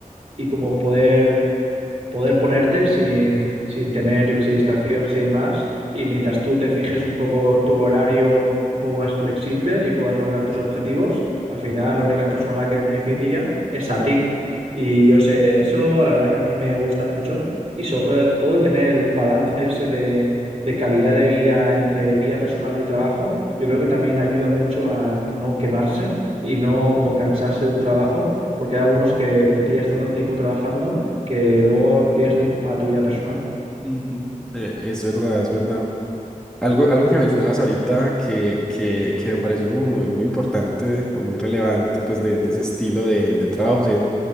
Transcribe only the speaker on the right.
y como poder, poder ponerte sin, sin tener, yo que sé, distracciones y demás. Y mientras tú te fijes un poco tu horario un poco más flexible y puedas lograr tus objetivos, al final la única persona a la que beneficia es a ti. Y yo sé, eso la verdad que a mí me gusta mucho y sobre todo el tener el balance ese de, de calidad de vida entre vida personal y trabajo, yo creo que también ayuda mucho a no quemarse y no como cansarse de un trabajo, porque hay algunos que te pillas tanto tiempo trabajando que luego no tienes tiempo para tu vida personal.